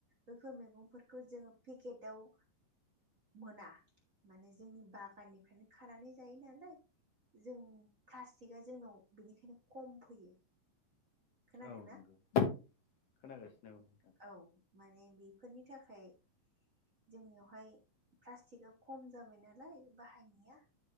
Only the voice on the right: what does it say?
बेफोर मैगंफोरखौ जोङो पेकेटाव मोना माने जोंनि बागाननिफ्रायनो खानानै जायो नालाय जों प्लास्टिकआ जोंनाव बिनिखायनो खम फैयो खोनादोंना
औ माने बेफोरनि थाखाय जोंनियावहाय प्लास्टिकआ खम जाबाय नालाय बाहायनाया